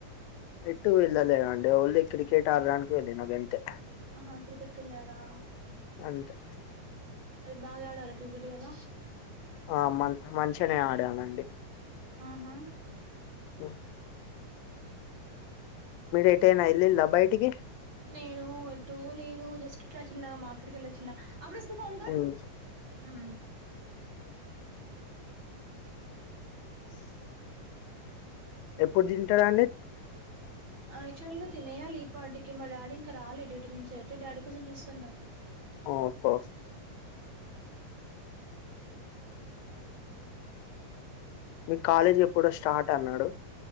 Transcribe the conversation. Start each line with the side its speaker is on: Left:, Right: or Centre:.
Left: ఎటు వెళ్లలేదు అండి ఓన్లీ క్రికెట్ ఆడడానికి వెళ్ళిన గంతే
Right: హా క్రికెట్కి కెళ్ళారా
Left: అంతే
Right: మరి బాగా ఆడారా క్రికెట్ ఇయాళ
Left: ఆ మ మంచిగనే ఆడానండి
Right: ఆహా
Left: ఒయ్ ఎటైనా ఎల్లిల్లా బయటికి
Right: నేను అటు లేదు జస్ట్ ఇట్లా చిన్నగ మార్కెట్కి కేళ్ళిలొచ్చిన అబ్రు యిస్కో ఫోన్ కర్
Left: ఉమ్.
Right: హ్మ్
Left: ఇ ఎప్పుడు తింటాడు అండి
Right: ఎచ్యుల్ గ తినేయాలి ఈ పాటి గీ మా డాడీ ఇంకా రాలే డ్యూటి నుంచి అయితే డాడీ కోసం చూస్తున్నా
Left: ఓహో మీ కాలేజ్ ఎప్పుడో స్టార్ట్ అన్నాడు